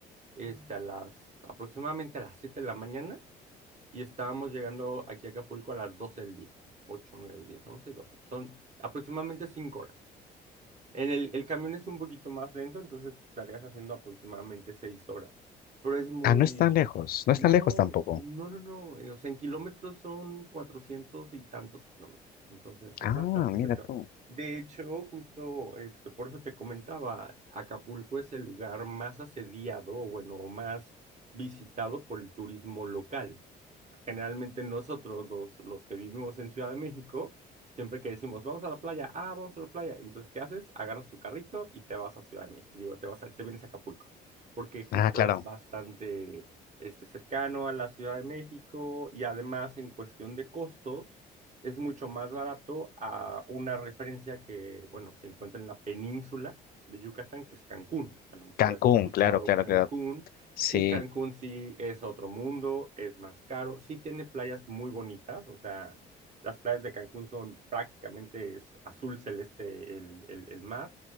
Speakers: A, on the right; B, on the left.
A: este, a las, aproximadamente a las 7 de la mañana y estábamos llegando aquí a Acapulco a las 12 del día. ocho, 9, 10, 11, 12. Son aproximadamente 5 horas. En el, el camión es un poquito más lento, entonces te estarías haciendo aproximadamente seis horas. Pero es muy...
B: Ah, no es tan lejos, no
A: No,
B: es tan lejos tampoco.
A: no, no, no. eh, O sea, en kilómetros son cuatrocientos y tantos kilómetros. Entonces es
B: Ah,
A: bastante
B: mira
A: cerca.
B: tú.
A: De hecho, justo este, por eso te comentaba, Acapulco es el lugar más asediado, o bueno, más visitado por el turismo local. O sea, generalmente nosotros, los, los que vivimos en Ciudad de México, Siempre que decimos, vamos a la playa, ah, vamos a la playa. Entonces, ¿qué haces? Agarras tu carrito y te vas a Ciudad de México. Digo, te vas a- te vienes a Acapulco, porque justo
B: Ah, claro.
A: es bastante este, cercano a la Ciudad de México y además en cuestión de costos es mucho más barato a una referencia que, bueno, se encuentra en la península de Yucatán, que es Cancún. A lo mejor
B: Cancún,
A: has escuchado
B: claro, claro,
A: Cancún
B: claro. Sí.
A: y Cancún sí es otro mundo, es más caro, sí tiene playas muy bonitas, o sea las playas de Cancún son prácticamente es azul celeste el, el, el mar,